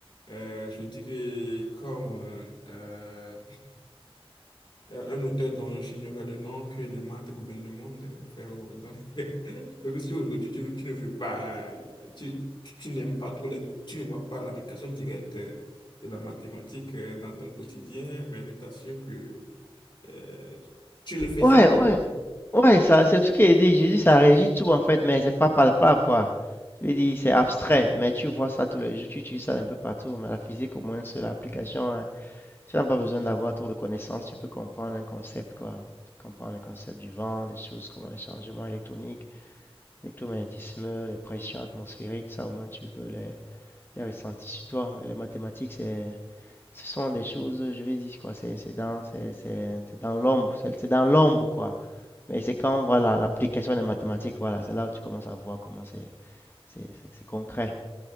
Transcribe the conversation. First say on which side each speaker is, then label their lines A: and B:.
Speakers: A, on the left; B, on the left.
A: euh, je dirais comme euh, euh, un auteur dont j'ignorais le nom, que les maths gouvernent le monde, euh, frère. Donc, <laughs> même si aujourd'hui tu, tu ne veux pas, tu, tu, tu n'aimes pas trop, les- tu ne vois pas l'application directe euh, de la mathématique euh, dans ton quotidien, mais je t'assure que euh, tu le fais
B: Ouais,
A: sans le vouloir.
B: ouais. Ouais, ça, c'est ce qu'il dit. J'ai dit, ça régit tout, en fait, mais c'est pas palpable, quoi. Je veux dire, c'est abstrait, mais tu vois ça tous les jours, tu utilises ça un peu partout. Mais la physique, au moins, sur l'application, hein, Tu n'as pas besoin d'avoir trop de connaissances, tu peux comprendre un concept, quoi. Comprendre le concept du vent, des choses, comment les changements électroniques, l'électromagnétisme, les pressions atmosphériques, ça au moins tu peux les, les ressentir sur toi. Mais les mathématiques, c'est, ce sont des choses, je vais dire, quoi, c'est c'est dans, c'est c'est- dans l'ombre, c'est c'est dans l'ombre, quoi. Mais c'est quand, voilà, l'application des mathématiques, voilà, c'est là où tu commences à voir comment c'est- c'est- c'est concret.